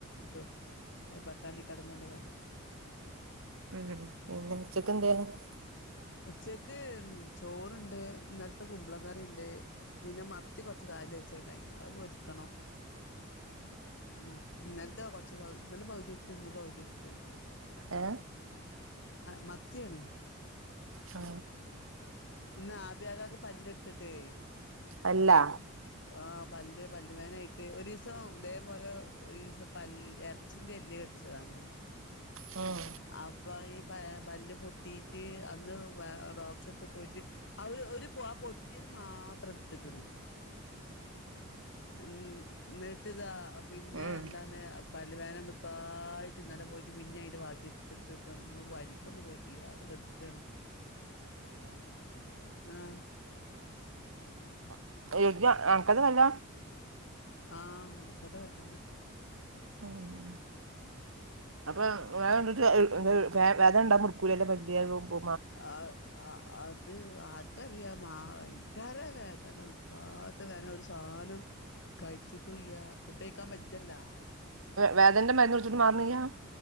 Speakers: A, on the left (about 60°); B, on the right (about 70°).
A: ദും പട്ടാണി കടലേന്റെ കറിയും
B: ഉം പിന്നെ ഉച്ചക്ക് എന്തായിരുന്നു
A: ഉച്ചക്ക് ചോറുണ്ട് ഇന്നലത്തെ കുമ്പള കറി ഉണ്ട് പിന്നെ മത്തി കുറച്ച് കാലി വെച്ചതുണ്ടായി അത് പൊരിക്കണം മത്തി ഇന്നല ഇത കുറച്ച് പ ഇന്നലെ പകുതി എടുത്ത് ഇന്ന് പകുതി എടുത്ത്
B: ഏ
A: മ മത്തിയാണ്
B: ആ
A: ഇന്ന് ആബി കാക്കക് പല്ല് എടുത്തിട്ടേ
B: പല്ലാ
A: ആ പല്ല് പല്ല് വേനായിട്ട് ഒരു ദിവസം ഇതേപോലെ ഒരു ദിവസം പല്ല് ഇറച്ചിന്റെ എല്ലു കടിച്ചതാണ്
B: ഉം
A: അപ്പൊ ഈ പ പല്ല് പൊട്ടിയിട്ട് അന്ന് ഡോക്ടരടുത്തു പോയിട്ട് ആ ഒരു ഒരു പൊ ആ പൊട്ടിയത് മാത്രം എടുത്ത്ക്കണ് ഉം എന്നിട്ടിതാ പിന്നെ
B: ഉം
A: എന്താണ് പല്ലു വേദന നിക്കായിട്ട് ഇന്നലെ പോയിട്ട് പിന്ന അതിന്റെ ബാക്കി എടുത്തിട്ട് ഇപ്പ ഇന്ന് പണിക്കൊന്നന്ന് പോയി അവിടെ കെടക്കേണ് ആ
B: <unintelligible> അക്കത് വല്ല
A: ആഹ് അണക്കത് പല്ലന്നെ
B: ഉം അപ്പൊ വേദനണ്ടിട്ട് വേ വേധന ഉണ്ടാ ഇടുക്കൂലല്ല വലിയ പോകുമ്പ
A: ആ ആ അ <unintelligible> അത് ആർക്കറിയാം മാ ഭയങ്കര വേദന നിക്കാത്ത വേദന ഒരു സാധനം കഴിച്ചിട്ട്ല്ല ഫുഡ് കഴിക്കാൻ വെച്ചല്ലോ
B: വേദനന്റെ മരുന്ന് കുടിചിട്ട് മാറണില്ലാ